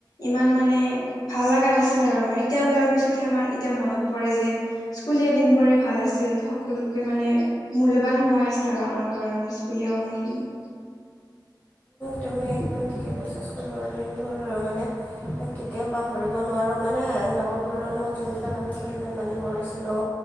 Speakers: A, on the left; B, on the left.
A: ইমান মানে ভাল লগা নাছিল আৰু আমাৰ। এতিয়া ওলাৰ পিছতহে আমাৰ এতিয়া মনত পৰে যে স্কুলীয়া দিনবোৰে ভাল আছিল, সকলোতকৈ মানে মূল্যবান সময় আছিল আৰু আমাৰ কাৰণে স্কুলীয়া সময়খিনি
B: তুমি একদম ঠিকে কৈছা স্কুলৰ দিনবোৰ মানে কেতিয়াও পাহৰিব নোৱাৰোঁ মানে লগৰবোৰৰ লগত যোনবিলাক আমি খেল ধেমালি কৰিছিলোঁ